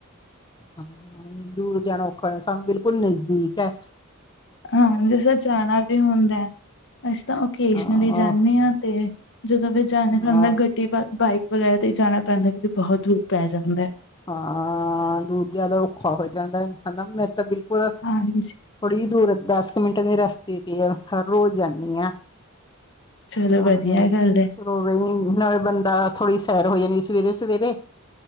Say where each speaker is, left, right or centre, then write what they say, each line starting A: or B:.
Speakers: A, on the left; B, on the left.
A: ਹਾਂ ਦੂਰ ਜਾਣਾ ਔਖਾ ਹੋ ਜਾ ਸਾਨੂੰ ਬਿਲਕੁਲ ਨਜ਼ਦੀਕ ਐ।
B: ਹਾਂ ਜਿਸਰਾ ਜਾਣਾ ਵੀ ਹੁੰਦਾ ਐ ਅਸੀ ਤਾਂ ਓਕੇਜਨਲੀ
A: ਹਾਂ
B: ਜਾਂਨੇ ਆਂ ਤੇ ਜਦੋਂ ਵੀ ਜਾਨਾ
A: ਹਾਂ
B: ਹੁੰਦਾ ਗੱ ਡੀ ਬਾਈਕ ਵਗੈਰਾ ਤੇਈ ਜਾਨਾ ਪੈਂਦਾ ਕਿਉਕਿ ਬੋਹਤ ਦੂਰ ਪੈ ਜਾਂਦਾ ਐ।
A: ਹਾਂ ਦੁਰ ਜਾਦਾ ਔਖਾ ਹੋ ਜਾਂਦੈ ਹਨਾ ਮੇੈਂ ਤਾਂ ਬਿਲਕੁਲ ਥੋੜੀ
B: ਹਾਂਜੀ,
A: ਦੂਰ ਏ ਦਸ ਕੁ ਮਿੰਟ ਦੇ ਰਸਤੇ ਤੇ ਆ ਹਰ ਰੋਜ਼ ਜਾਂਨੀ ਆਂ।
B: ਚਲੋ
A: ਹਾਂ
B: ਵਧੀਆ ਗੱਲ ਹੈ।
A: ਚਲੋ ਬਈ ਨਾਲੇ ਬੰਦਾ ਥੋੜ੍ਹੀ ਸੈਰ ਹੋ ਜਾਂਨੀ ਸਵੇਰੇ ਸਵੇਰੇ।